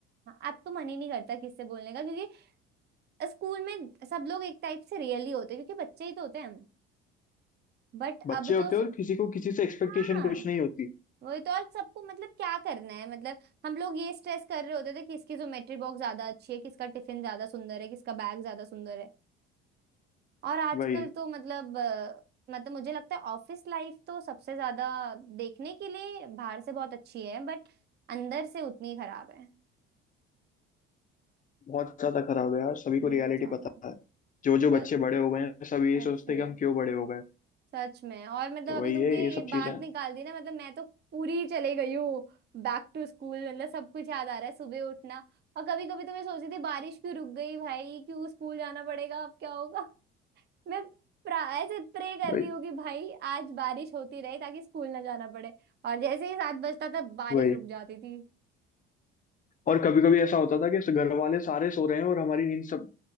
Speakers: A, on the right; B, on the left.
A: हाँ, अब तो मन ही नहीं करता किससे बोलने का क्योंकि स्कूल में सब लोग एक टाइप से रियल ही होते हैं क्योंकि बच्चे ही तो होते हैं हम बट
B: बच्चे
A: अब
B: होते
A: तो स...
B: हैं और किसी को किसी से एक्सपेक्टेशन
A: हाँ
B: कुछ नहीं होती
A: वही तो और सबको मतलब क्या करना है मतलब हम लोग ये स्ट्रेस कर रहे होते थे किसकी ज्योमेट्री बॉक्स ज्यादा अच्छी है किसका टिफिन ज्यादा सुंदर है किसका बैग ज्यादा सुंदर है और आजकल
B: वही
A: तो मतलब अ, मतलब मुझे लगता है ऑफिस लाइफ तो सबसे ज्यादा देखने के लिए बाहर से बहुत अच्छी है बट अंदर से उतनी खराब है
B: बहुत ज्यादा खराब है यार सभी को
A: बहुत
B: रियलिटी
A: ज्यादा
B: पता है जो जो
A: अ,
B: बच्चे बड़े हो गए हैं सब यही
A: सच
B: सोचते
A: में
B: हैं कि हम क्यों बड़े हो गए
A: सच में और मतलब
B: तो
A: अभी
B: वही
A: तुमने
B: है ये सब
A: ये बात
B: चीजें हैं
A: निकाल दी ना मतलब मैं तो पूरी चले गई हूँ बैक टू स्कूल मतलब सब कुछ याद आ रहा है सुबह उठना और कभी कभी तो मैं सोचती थी बारिश क्यों रुक गई भाई क्यों स्कूल जाना पड़ेगा अब क्या होगा मैं प्रा, ऐसे प्रे कर
B: वही
A: रही हूँ कि भाई आज बारिश होती रहे ताकि स्कूल ना जाना पड़े और जैसे ही सात बजता था बारिश
B: वही
A: रुक जाती थी
B: और कभी कभी ऐसा होता था कि ऐसे घर वाले सारे सो रहे हैं और हमारी नींद सब